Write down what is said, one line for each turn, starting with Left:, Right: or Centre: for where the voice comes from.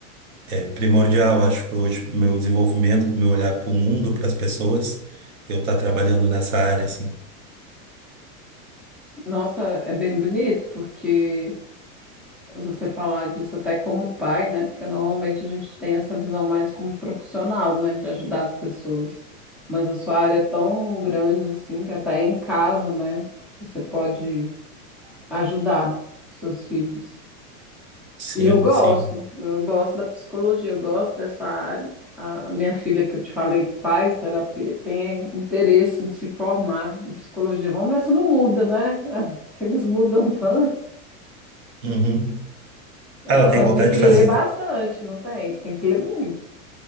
Right: é primordial, acho que hoje para o meu desenvolvimento, para o meu olhar para o mundo, para as pessoas, eu estar trabalhando nessa área, assim.
Centre: Nossa, é bem bonito, porque você falar disso até como pai, né? Porque normalmente a gente tem essa visão mais como profissional, né? De ajudar as pessoas. Mas a sua área é tão grande assim que até em casa, né? Você pode ajudar seus filhos.
Right: Sim,
Centre: E eu gosto,
Right: sim.
Centre: eu gosto da psicologia, eu gosto dessa área. A minha filha que eu te falei que faz terapia tem interesse em se formar em psicologia. Vamos ver se não muda, né? <laughs> Que eles mudam tanto.
Right: Uhum.
Centre: É,
Right: Ah, Ela
Centre: Mas
Right: tem vontade
Centre: tem que
Right: de
Centre: ler
Right: fazer
Centre: bastante, não tem? Tem que ler muito.